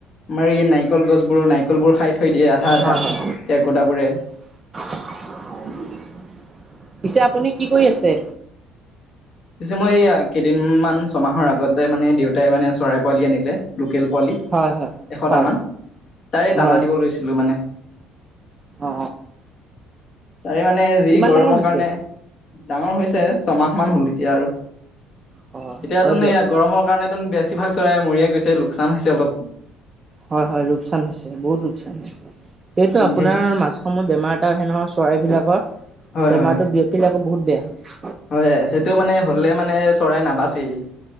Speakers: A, on the left (about 50°); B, on the right (about 25°).
A: আমাৰ এই নাৰিকল গছবোৰৰ নাৰিকলবোৰ খাই থৈ দিয়ে আধা আধা
B: হয় হয়।
A: কেৰকুটোৱা বোৰে
B: <inaudible> পিছে আপুনি কি কৰি আছে
A: পিছে মই এই কেইদিনমান ছয়মাহৰ আগতে মানে দেউতাই মানে চৰাই পোৱালি আনিলে লোকেল পোৱালি
B: হয় হয়
A: এশটামান
B: হয়
A: তাৰে দানা
B: হয়।
A: দিব লৈছিলোঁ মানে
B: অ
A: তাৰে মানে যি
B: কিমান
A: গৰমৰ
B: ডাঙৰ হৈছে?
A: কাৰণে ডাঙৰ হৈছে ছমাহমান হ'ল এতিয়া আৰু
B: হয়
A: এতিয়াতোনয
B: হয় দিয়ক
A: গৰমৰ কাৰণ বেছিভাগ চৰাই মৰিয়ে গৈছে লোকচান হৈছে অলপ
B: হয় হয় লোকচান হৈছে বহুত লোকচান এইটো
A: উম,
B: আপোনাৰ
A: সেই
B: মাজ সময়ত বেমাৰ এটা আহে নহয় চৰাইবলাকৰ
A: হয়
B: বেমাৰতো
A: হয় হয়
B: বিয়পিলে আকৌ বহুত বেয়া
A: হয় সেইটো মানে হলে মানে চৰাই নাবাচেই